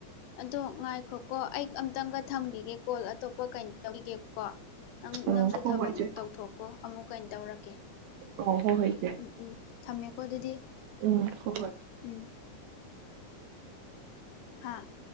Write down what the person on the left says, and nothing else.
ꯑꯗꯣ ꯉꯥꯏꯈꯣ ꯀꯣ ꯑꯩ ꯑꯝꯇꯪꯒ ꯊꯝꯈꯤꯒꯦ ꯀꯣꯜ ꯑꯇꯣꯞꯄ ꯀꯩꯅꯣ <unintelligible> ꯅꯪ
ꯅꯪꯁꯨ
ꯊꯕꯛ
ꯎꯝ ꯇꯧꯊꯣꯛꯀꯣ ꯑꯃꯨꯛ ꯀꯩ ꯇꯧꯔꯛꯀꯦ
ꯎꯝ ꯎꯝ ꯊꯝꯃꯦꯀꯣ ꯑꯗꯨꯗꯤ
ꯎꯝ ꯍꯥꯥ